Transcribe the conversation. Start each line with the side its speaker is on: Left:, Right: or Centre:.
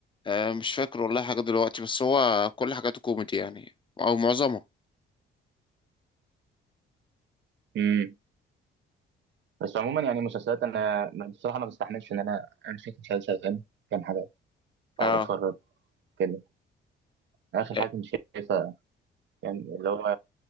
Left: آه مش فاكر والله حاجة دلوقتي بس هو كل حاجاته كوميدي يعني أو معظمها
Right: امم بس عموما يعني مسلسلات انا بصراحه ما بستحملش ان انا امسك مسلسل فاهم كام حاجه اقعد
Left: اه
Right: اتفرج كده اخر
Left: آه،
Right: حاجه كنت شايفها يعني اللي هو